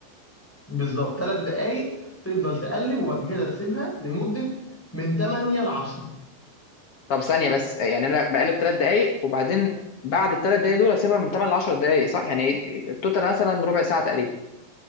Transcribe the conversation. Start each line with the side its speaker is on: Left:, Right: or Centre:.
Centre: بالظبط ثلاث دقايق تفضل تقلب وبعد كده تسيبها لمدة من 8 ل 10
Left: طب ثانية بس يعني أنا بقلب تلات دقايق وبعدين بعد التلات دقايق دول أسيبها من تمن لعشر دقايق صح؟ يعني التوتال مثلا ربع ساعة تقريبا